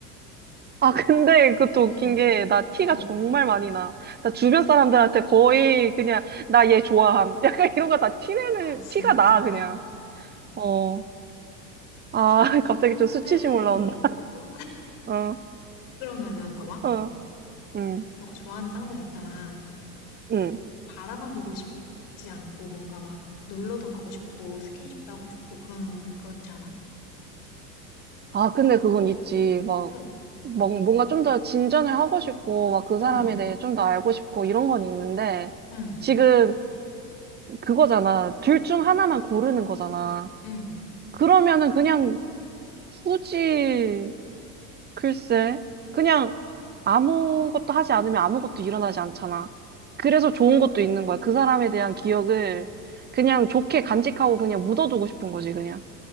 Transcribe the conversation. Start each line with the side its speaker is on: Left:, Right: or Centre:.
Right: 아, 근데 그것도
Left: 어,
Right: 웃긴 게, 나 티가
Left: 어.
Right: 정말 많이 나. 나 주변 사람들한테 거의 그냥, 나 얘 좋아함. <laughs> 약간 이런 거 다 티내는,
Left: 아, 진짜?
Right: 티가 나, 그냥. 어.
Left: 어,
Right: 아,
Left: 근데,
Right: <laughs> 갑자기 좀 수치심 올라온다.
Left: 그-
Right: 어,
Left: 그러면은 봐봐.
Right: 어, 응,
Left: 너가 좋아하는 상대가 있잖아.
Right: 응.
Left: 바라만 보고 싶지 않고 뭔가 막 놀러도 가고 싶고 스킨십도 하고 싶고 그런 그렇지 않아?
Right: 아, 근데 그건 있지. 막,
Left: 응,
Right: 막 뭔가 좀 더 진전을 하고 싶고, 막 그 사람에
Left: 응,
Right: 대해 좀 더 알고 싶고, 이런 건 있는데,
Left: 응,
Right: 지금 그거잖아. 둘 중 하나만 고르는 거잖아.
Left: 응.
Right: 그러면은 그냥 굳이, 글쎄, 그냥 아무것도 하지 않으면 아무것도 일어나지 않잖아. 그래서 좋은 것도 있는 거야. 그 사람에 대한 기억을 그냥 좋게 간직하고 그냥 묻어두고 싶은 거지, 그냥.